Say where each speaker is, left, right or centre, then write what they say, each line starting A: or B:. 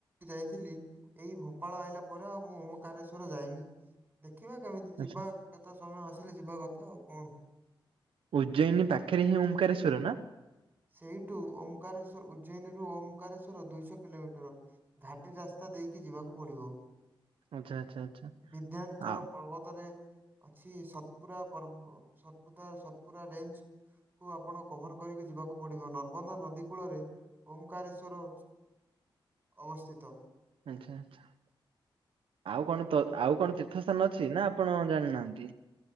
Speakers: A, on the right; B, on the right.
A: ଯାଇଥିଲି ଏଇ ଭୋପାଳ ଆଇଲା ପରେ ଆଉ ମୁଁ ଓମକାରେଶ୍ଵର ଯାଇନି, ଦେଖିବା କେମିତି
B: ଆଚ୍ଛା
A: ଯିବା କେତେ ସମୟ ଆସିଲେ ଯିବା କଥା ଆଉ କଣ?
B: ଉଜ୍ଜୟିନୀ ପାଖରେ ହିଁ ଓମାକାରେଶ୍ୱର ନା?
A: ସେଇଠୁ ଓମକାରେଶ୍ଵର ଉଜ୍ଜୟନୀରୁ ଓମକାରଶ୍ୱର ଦୁଇଶହ କିଲୋମିଟର। ଘା ସେଇ ରାସ୍ତା ଦେଇକି ଯିବାକୁ ପଡିବ।
B: ଆଚ୍ଛା ଆଚ୍ଛା ଆଚ୍ଛା
A: ବିଧାଞ୍ଚଳ
B: ଆଉ
A: ପର୍ବତରେ ଅଛି। ସତପୁରା ପର୍ବ ସପ ସତପୁରା ରେଞ୍ଜ କୁ ଆପଣ କଭର କରିକି ଯିବାକୁ ପଡିବ, ନର୍ମଦା ନଦୀ କୂଳରେ ଓମକାରେଶ୍ଵର ଅବସ୍ଥିତ।
B: ଆଚ୍ଛା, ଆଚ୍ଛା। ଆଉ କଣ ତ ଆଉ କଣ ତୀର୍ଥସ୍ଥାନ ଅଛି ନା ଆପଣ ଜାଣିନାହାନ୍ତି?